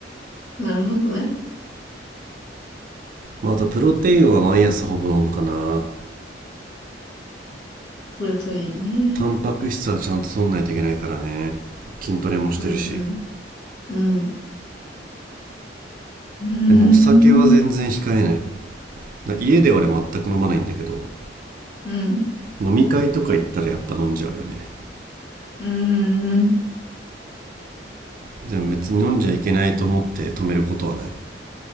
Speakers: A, on the left (about 85°); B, on the right (about 50°).
A: なるほどね。
B: まあ、あとプロテインは毎朝ほぼ飲むかな
A: うんそれといいね。
B: タンパク質はちゃんと取んないといけないからね筋トレもしてるし
A: うん、うん、うん、うーん、
B: でもお酒は全然控えないだ家では俺全く飲まないんだけど
A: うん、
B: 飲み会とか行ったらやっぱ飲んじゃうよね
A: うーん、
B: でも別に飲んじゃいけないと思って止めることはない